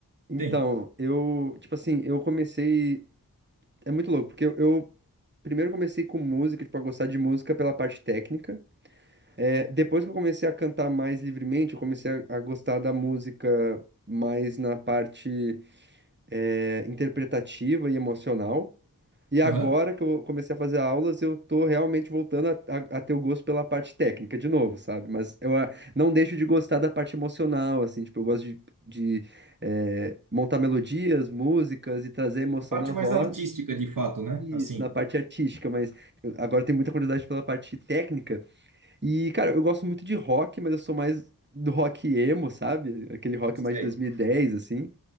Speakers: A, on the right; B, on the right.
A: então,
B: Tem.
A: eu. Tipo assim, eu comecei. É muito louco, porque eu, eu primeiro comecei com música, tipo, a gostar de música pela parte técnica. É, depois que eu comecei a cantar mais livremente, eu comecei a, a gostar da música mais na parte. é, interpretativa e emocional. E agora
B: Aham.
A: que eu comecei a fazer aulas, eu tô realmente voltando a, a- a ter o gosto pela parte técnica de novo, sabe? Mas eu ah, não deixo de gostar da parte emocional, assim, tipo, eu gosto de, de, eh, montar melodias, músicas e trazer emoção
B: A parte
A: na voz.
B: mais artística, de fato, né?
A: Isso,
B: Assim.
A: na parte artística, mas eu- agora eu tenho muita curiosidade pela parte técnica. E, cara, eu gosto muito de rock, mas eu sou mais do rock emo, sabe? Aquele rock
B: Sei.
A: mais de 2010, assim.